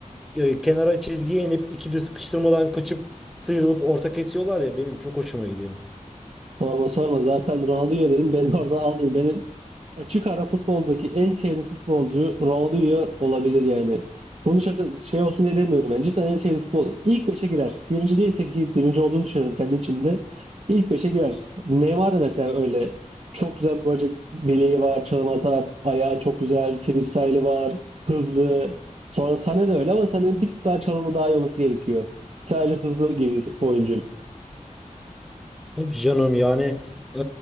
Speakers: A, in the centre; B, on the right (about 50°).
A: e, kenara çizgiye inip ikili sıkıştırmadan kaçıp sıyrılıp orta kesiyorlar ya benim çok hoşuma gidiyor.
B: Sorma sorma zaten Ronaldinho dedin beni <laughs> orada aldın. Benim açık ara futboldaki en sevdiğim futbolcu Ronaldinho olabilir yani. Bunu şaka şey olsun diye demiyorum yani. Cidden en sevdiğim futbol. İlk 5'e girer. Birinci değilse ki birinci olduğunu düşünüyorum kendi içimde. İlk beşe girer. Neymar da mesela öyle. Çok güzel bir bacak bileği var, çalım atar, ayağı çok güzel, freestyle'ı var, hızlı. Sonra Sané de öyle ama Sané'nin bir tık daha çalımı daha iyi olması gerekiyor. Sadece hızlı gibi oyuncu.
A: Tabii canım yani e,